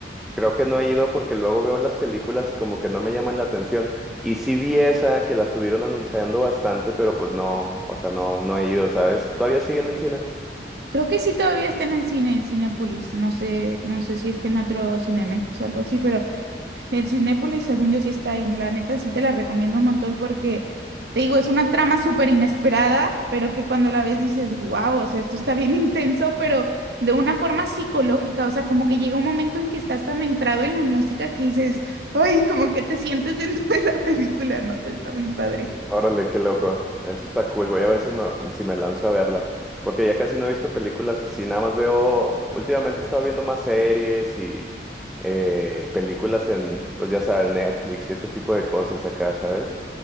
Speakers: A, in the centre; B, on the right.
A: Creo que no he ido porque luego veo las películas y como que no me llaman la atención. Y sí vi esa que la estuvieron anunciando bastante, pero pues no, o sea, no, no he ido, ¿sabes? ¿Todavía sigue en el cine?
B: Creo que sí todavía está en el cine, en Cinépolis. No sé, no sé si está en otro Cinemex o algo así, pero en Cinépolis, según yo, sí está ahí. La neta, sí te la recomiendo un montón porque, te digo, es una trama súper inesperada, pero que cuando la ves dices, wow, o sea, esto está bien <laughs> intenso, pero de una forma psicológica. O sea, como que llega un momento en que estás tan entrado en la música que dices, ay, como que te sientes dentro <laughs> de la película. No sé, está muy padre.
A: Órale, qué loco. Eso está cool. Voy a ver si me, si me lanzo a verla. Porque ya casi no he visto películas así. Nada más veo, últimamente he estado viendo más series y eh, películas en, pues ya sabes, Netflix y ese tipo de cosas acá, ¿sabes?